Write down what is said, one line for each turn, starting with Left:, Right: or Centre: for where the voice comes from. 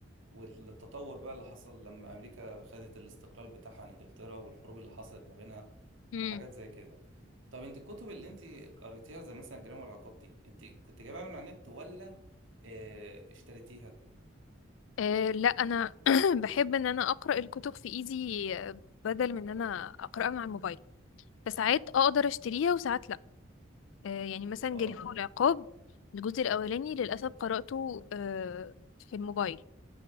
Right: والتطور بقى اللي حصل لما امريكا خدت الاستقلال بتاعها عن انجلترا والحروب اللي حصلت ما بينها
Left: امم
Right: وحاجات زي كده طب انت الكتب اللي انت قريتيها زي مثلا الجريمة والعقاب دي انت كنت جايبها من على النت ولا آه، اشتريتيها
Left: آه، لا انا <clears throat> بحب ان انا اقرا الكتب في ايدي آه، بدل من ان انا اقراها مع الموبايل فساعات اقدر اشتريها وساعات لا آه، يعني مثلا
Right: اه آه،
Left: جريمه والعقاب
Right: آه.
Left: الجزء الاولاني للاسف قراته آه، في الموبايل